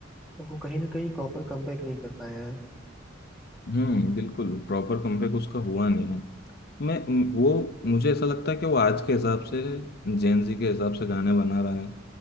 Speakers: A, in the centre; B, on the left.
A: वो कहीं ना कहीं प्रॉपर कमबैक नहीं कर पाया है
B: हम्म बिल्कुल प्रॉपर कमबैक उसका हुआ नहीं है मैं म- वो मुझे ऐसा लगता है कि वो आज के हिसाब से जेन जी के हिसाब से गाने बना रहा है